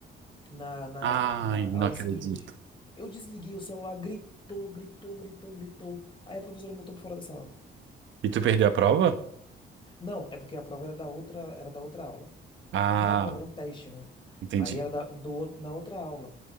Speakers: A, on the left (about 25°); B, on the right (about 70°).
A: na, na,
B: Ai,
A: na
B: não
A: aula
B: acredito.
A: seguinte. Eu desliguei o celular, gritou, gritou, gritou, gritou. Aí a professora me botou pra fora da sala.
B: E tu perdeu a prova?
A: Não, é porque a prova era da outra, era da outra aula.
B: Ah,
A: Não era prova, era um teste, né?
B: entendi.
A: Aí era da, do, outro- na outra aula.